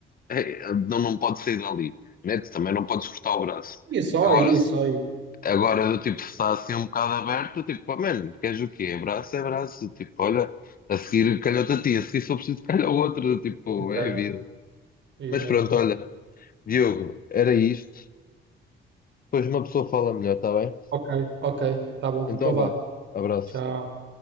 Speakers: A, on the left; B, on the right.
A: é, não, não pode sair dali, né? Tu também não podes cortar o braço.
B: E só
A: Agora,
B: aí,
A: se-
B: só aí.
A: agora do tipo, se está assim um bocado aberto, eu tipo, pá, mano, queres o quê? É braço, é braço, tipo, olha, a seguir calhou-te a ti, a seguir só preciso calhar o outro, do tipo,
B: Exato,
A: é a vida.
B: exato.
A: Mas pronto, olha, Diogo, era isto, depois uma pessoa fala melhor, está bem?
B: Ok, ok, tá bom,
A: Então
B: então vá.
A: vá, abraço.
B: Tchau.